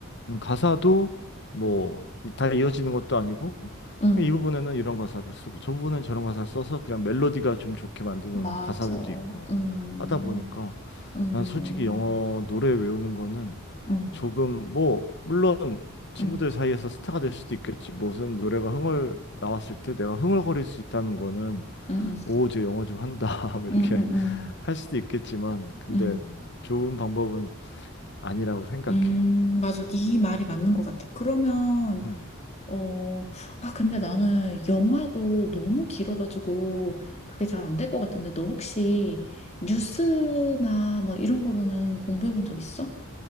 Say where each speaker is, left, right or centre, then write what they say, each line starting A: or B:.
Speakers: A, on the left; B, on the left.
A: 음, 가사도 뭐 다 이어지는 것도 아니고
B: 음,
A: 그냥 이 부분에는 이런 가사를 쓰고 저 부분은 저런 가사를 써서 그냥 멜로디가 좀 좋게 만드는
B: 맞아.
A: 가사들도 있고
B: 음,
A: 하다 보니까
B: 음,
A: 난 솔직히 영어 노래 외우는 거는
B: 음,
A: 조금 뭐 물론 친구들
B: 음,
A: 사이에서 스타가 될 수도 있겠지. 무슨 노래가 흥얼 나왔을 때 내가 흥얼거릴 수 있다는 거는
B: 음,
A: 오, 쟤 영어 좀 한다. <laughs> 뭐 이렇게
B: 음, 음, 음,
A: <laughs>
B: 음.
A: 할 수도 있겠지만 근데
B: 음.
A: 좋은 방법은 아니라고 생각해.
B: 음, 맞아. 네 말이 맞는 것 같아. 그러면,
A: 음.
B: 어, 아, 근데 나는 영화도 너무 길어가지고 그게 잘 안 될 것 같은데, 너 혹시 뉴스나 뭐 이런 거로는 공부해 본 적 있어?